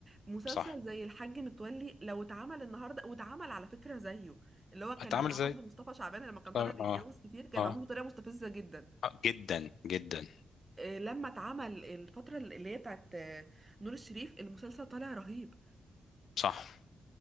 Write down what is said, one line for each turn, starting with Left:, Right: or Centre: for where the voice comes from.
Right: مسلسل
Left: صح
Right: زي الحاج متولي لو اتعمل النهارده واتعمل على فكرة زيه اللي هو كان
Left: اتعامل
Right: بتاع برضه
Left: زي
Right: مصطفى شعبان لما كان طالع
Left: طب-
Right: بيتجوز
Left: اه
Right: كتير كان
Left: اه
Right: معمول بطريقة مستفزة جدا
Left: آه، جدا جدا
Right: آه، لما اتعمل الفترة اللي هي بتاعت آه، نور الشريف المسلسل طالع رهيب
Left: صح